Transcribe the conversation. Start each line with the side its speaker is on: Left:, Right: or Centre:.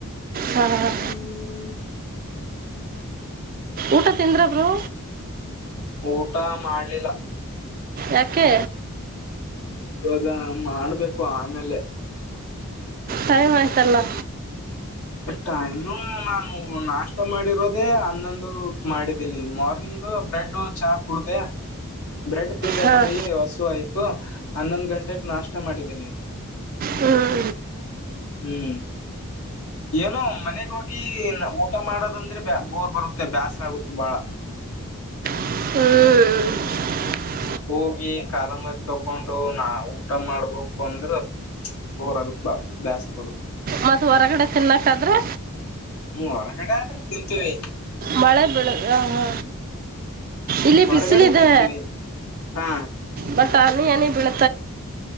Right: ಹಾಂ
Left: ಹ್ಮ
Right: ಊಟ ತಿಂದ್ರ ಬ್ರೋ.
Left: ಊಟ ಮಾಡ್ಲಿಲ್ಲ.
Right: ಯಾಕೆ.
Left: ಇವಾಗ ಮಾಡ್ಬೇಕು ಆಮೇಲೆ.
Right: ಟೈಮ್ ಆಯ್ತಲ್ಲ.
Left: ಟೈಮ ನಾನು ನಾಷ್ಟ ಮಾಡಿರೋದೆೇ ಹನ್ನೊಂದು ಮಾಡಿದ್ದೀನಿ ಮಾರ್ನಿಂಗ್ ಡ್ಡು ಚಾ ಕುಡತ <inaudible> ಬ್ರೆಡ್ ತಿಂದೆ
Right: ಹಾಂ
Left: ಬರೀ ಹಸು ಆಯ್ತು ಹನ್ನೊಂದ್ ಗಂಟಕ್ ನಾಷ್ಟ ಮಾಡಿದೀನಿ.
Right: ಹ್ಮ್
Left: ಹ್ಮ್ ಏನೋ ಮನೆಗ ಹೋಗಿ ಊಟ ಮಾಡೋದಂದ್ರೆ. ಬೋರ್ ಬರುತ್ತೆ ಬೇಸರ ಆಗುತ್ತು ಬಾಳ.
Right: ಹ್ಮ್
Left: ಹೋಗಿ ಕಾಲ ಮರಿ ತಕೊಂಡು ನಾ ಊಟ ಮಾಡ್ಬೇಕು ಅಂದ್ರೆ. ಬೋರಾಗುತ್ತ ಬಾಳ ಬ್ಯಾಸರ ಬರುತ್ತೆ
Right: ಮತ್ತ ಹೊರಗಡೆ ತಿನ್ನಕಾದ್ರೆ.
Left: ಹ್ಮ್ ಹೊರಗಡೆ ಆದ್ರೆ ತಿಂತೀವಿ
Right: ಮಳೆ ಬೀಳು ಹ ಹಾ. ಇಲ್ಲಿ
Left: ಹೊರಗಡೆ
Right: ಬಿಸಿಲ ಇದೆ
Left: ತಿಂತೀವಿ ಹಾ
Right: ಬಟ್ ಅನಿ ಬೆಳ.